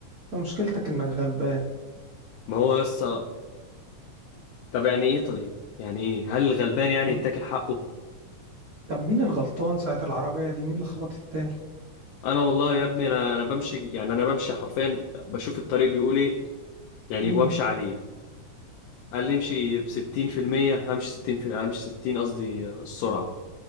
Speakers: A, on the right; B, on the left.
A: انت مشكلتك انك غلبان
B: ما هو يس طب يعني ايه طيب يعني ايه هل الغلبان يعني
A: طب
B: يتاكل حقه
A: طب مين الغلطان ساعة العربية دي مين اللي خبط التاني
B: انا والله يا ابني انا انا بمشي يعني انا بمشي حرفيا بشوف الطريق بيقول ايه يعني
A: امم
B: وامشي عليه قال لي امشي ب 60% همشي 60 في همشي 60 قصدي آه، السرعه